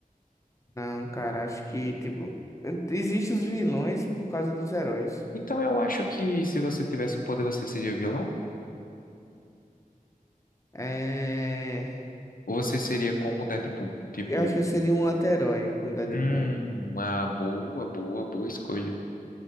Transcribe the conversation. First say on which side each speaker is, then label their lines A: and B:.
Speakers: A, on the left; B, on the left.
A: Não, cara, acho que, tipo, existem os vilões por causa dos heróis.
B: Então eu acho que se você tivesse um poder, você seria vilão?
A: É...
B: Ou você seria como o Deadpool? Tipo,
A: Eu acho que eu seria um anti-herói com Deadpool.
B: hum, uma boa, boa, boa escolha.